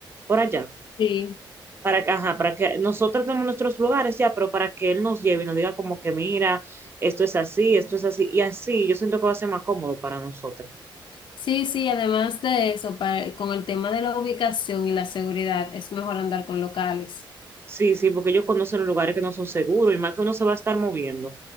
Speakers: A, on the right; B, on the left.
A: por allá,
B: Sí,
A: para que, ajá, para que nosotros tenemos nuestros lugares ya, pero para que él nos lleve y nos diga como que mira, esto es así, esto es así, y así yo siento que va a ser más cómodo para nosotras.
B: sí, sí, además de eso, para- con el tema de la ubicación y la seguridad, es mejor andar con locales.
A: Sí, sí, porque ellos conocen los lugares que no son seguros y más que uno se va a estar moviendo